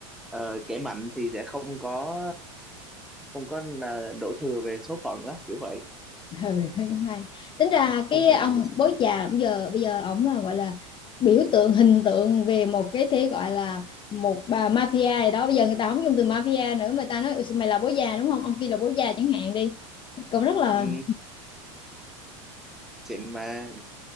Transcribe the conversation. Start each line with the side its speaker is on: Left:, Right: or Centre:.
Centre: ờ, kẻ mạnh thì sẽ không có không có ờ, đổ thừa về số phận đó kiểu vậy
Left: ừ <laughs> nó cũng hay tính ra cái
Centre: không phàn
Left: ông
Centre: nàn về số
Left: bố
Centre: phận
Left: già bây giờ bây giờ ổng là gọi là biểu tượng hình tượng về một cái thế gọi là một bà mafia gì đó bây giờ người ta không dùng từ mafia nữa mà ta nói "Ừ, mày là bố già đúng không ông kia là bố già chẳng hạn đi cũng rất là
Centre: ừ. xịn mà